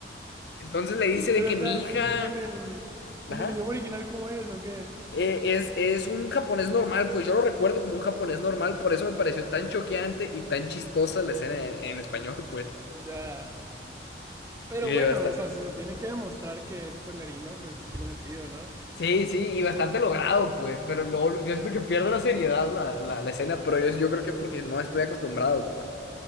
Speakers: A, on the left; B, on the right.
A: Entonces le dice de
B: Pero,
A: que
B: o
A: mi
B: sea,
A: hija,
B: en, en el, en
A: ajá,
B: el idioma original, ¿cómo es o qué?
A: eh, es, es un japonés normal, pues yo lo recuerdo como un japonés normal, por eso me pareció tan choqueante y tan chistosa la escena en en español, pues.
B: Ya. Pero
A: Y
B: bueno,
A: yo, hasta,
B: o sea, si se tiene que demostrar que es pueblerino, pues tiene sentido, ¿no?
A: Sí, sí, y bastante logrado, pues, pero luego lo- yo siento que pierdo la seriedad la, la, la escena, pero yo, yo creo que es porque no estoy acostumbrado, pues.